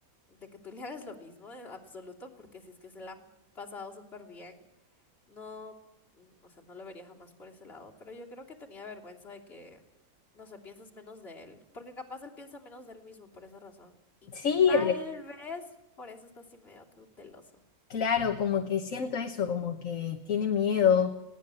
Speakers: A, on the left; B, on the left.
A: de que tú le hagas lo mismo, en absoluto, porque si es que se la han pasado súper bien. No, mm, o sea, no lo vería jamás por ese lado, pero yo creo que tenía vergüenza de que, no sé, piensas menos de él, porque capaz él piensa menos de él mismo por esa razón, y
B: Sí,
A: tal vez por eso está así medio cauteloso.
B: Claro, como que siento eso, como que tiene miedo